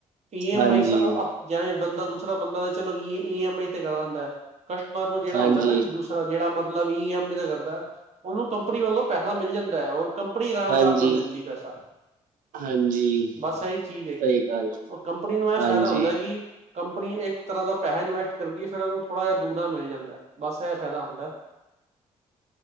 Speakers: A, on the right; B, on the right.
A: ਈ ਐਮ
B: ਹਾਂਜੀ
A: ਆਈ ਜਿਵੇਂ ਬੰਦਾ ਦੂਸਰਾ ਬੰਦਾ ਤੇ ਚਲੋ ਏ ਐਮ ਆਈ ਤੇ ਕਰਾ ਲੈਂਦਾ, ਕਸਟਮਰ ਨੂੰ ਜਿਹੜਾ
B: ਹਾਂਜੀ
A: ਹੁੰਦਾ ਨਾ ਜੀ ਦੂਸਰਾ ਜਿਹੜਾ ਮਤਲਬ ਈ ਐਮ ਦਾ ਕਰਦਾ, ਉਹਨੂੰ ਕੰਪਨੀ ਵੱਲੋਂ ਪੈਸਾ ਮਿਲ ਜਾਂਦਾ ਹੈ ਔਰ ਕੰਪਨੀ ਆਰਾਮ,
B: ਹਾਂਜੀ
A: ਰਾਮ ਨਾਲ ਲੈਂਦੀ ਪੈਸਾ।
B: ਹਾਂਜੀ।
A: ਬਸ ਇਹੀ ਚੀਜ਼
B: ਸਹੀ
A: ਹੈਗੀ,
B: ਗੱਲ
A: ਕੰਪਨੀ ਨੂੰ ਇਹ
B: ਹਾਂਜੀ
A: ਫਾਇਦਾ ਹੁੰਦਾ ਕਿ ਕੰਪਨੀ ਇੱਕ ਤਰਾ ਦਾ ਪੈਸਾ ਇਨਵੈਸਟ ਕਰਦੀ ਹੈ, ਫਿਰ ਉਹਨੂੰ ਥੋੜਾ ਜਿਹਾ ਦੁਗਣਾ ਮਿਲ ਜਾਂਦਾ। ਬਸ ਇਹ ਫਾਇਦਾ ਹੁੰਦਾ।